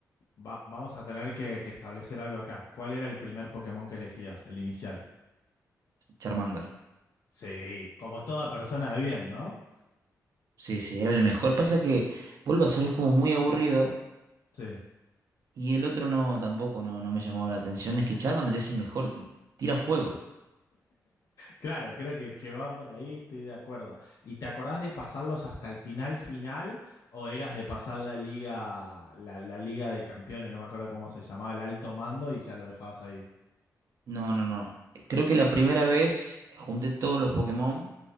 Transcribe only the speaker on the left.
Va- vamos a tener que que establecer algo acá. ¿Cuál era el primer Pokémon que elegías, el inicial?
Sí, como toda persona de bien, ¿no?
Sí.
Claro, creo que, que va por ahí, estoy de acuerdo. ¿Y te acordás de pasarlos hasta el final final o eras de pasar la liga, la, la liga de campeones, no me acuerdo cómo se llamaba, el alto mando y ya lo dejabas ahí?